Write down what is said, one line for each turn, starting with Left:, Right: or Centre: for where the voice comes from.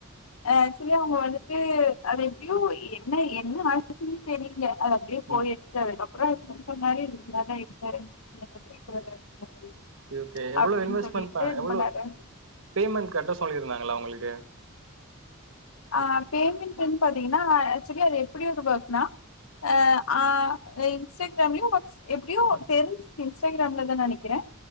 Left: ஆக்சுவல அவுங்க வந்துட்டு அது எப்டியோ என்ன என்ன ஆச்சுன்னு தெரியல அது அப்படியே போயிட்ச்சி
Right: ம்
Left: அப்புறோ என்ன சொன்னாரு இதுக்கு மேல எந்த <inaudible>
Right: சே ஒகே எவ்ளோ
Left: அப்டின்னு
Right: இன்வெஸ்ட்மெண்ட்
Left: சொல்லிட்டு
Right: ப
Left: இது
Right: எவ்ளோ
Left: பண்ணாரு
Right: பேமெண்ட் கட்ட சொல்லியிருந்தாங் நல்லா உங்களுக்கு
Left: ஆ பேமெண்ட்னு பாத்தீங்கன்னா ஆக்சுவலா அது எப்டி உருவாக்னா எ அ இன்ஸ்டாகிராம்லயு வாட்ஸ் எப்டியு தெரிஞ்சிது இன்ஸ்டாகிராம்லதானு நெனைக்கிறே